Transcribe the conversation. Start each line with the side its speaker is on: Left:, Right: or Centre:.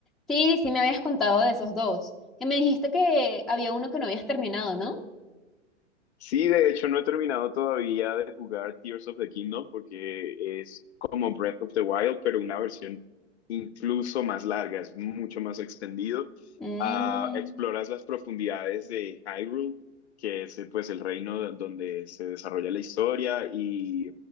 Centre: sí, sí me habías contado de esos dos. Que me dijiste que había uno que no habías terminado, ¿no?
Left: Sí, de hecho no he terminado todavía de jugar Tears of the Kingdom porque es como Breath of the Wild, pero una versión incluso más larga, es mucho más extendido.
Centre: Mm,
Left: Ah, exploras las profundidades de Hyrule, que es eh, pues el reino donde se desarrolla la historia y